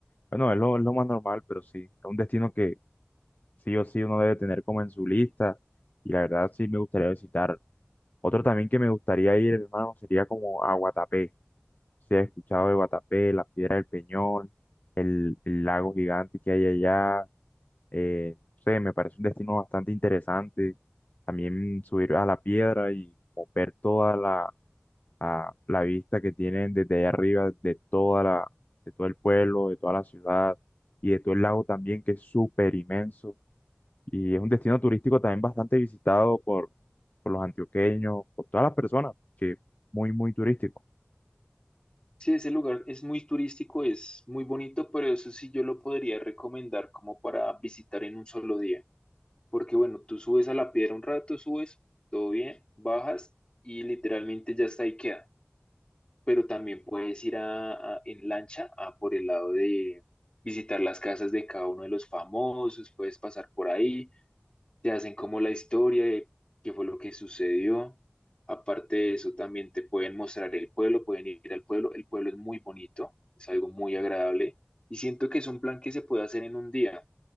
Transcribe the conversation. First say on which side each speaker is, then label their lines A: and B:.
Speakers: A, on the left; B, on the left.
A: Bueno, es lo, es lo más normal, pero sí. Es un destino que sí o sí uno debe tener como en su lista. Y la verdad sí me gustaría visitar. Otro también que me gustaría ir, hermano, sería como a Guatapé. Si has escuchado de Guatapé, la Piedra del Peñón, el, el lago gigante que hay allá Eh, no sé, me parece un destino bastante interesante. También subir a la piedra y como ver toda la, a- la vista que tienen desde allá arriba de toda la, de todo el pueblo, de toda la ciudad y de todo el lago también, que es súper inmenso. Y es un destino turístico también bastante visitado por, por los antioqueños, por todas las personas, que es muy, muy turístico.
B: Sí, ese lugar es muy turístico, es muy bonito, pero eso sí yo lo podría recomendar como para visitar en un solo día. Porque bueno, tú subes a la piedra un rato, subes, todo bien, bajas y literalmente ya está ahí queda. pero también puedes ir a, a- en lancha a por el lado de visitar las casas de cada uno de los famosos, puedes pasar por ahí, te hacen como la historia de qué fue lo que sucedió. Aparte de eso, también te pueden mostrar el pueblo, pueden ir al pueblo. El pueblo es muy bonito, es algo muy agradable y siento que es un plan que se puede hacer en un día.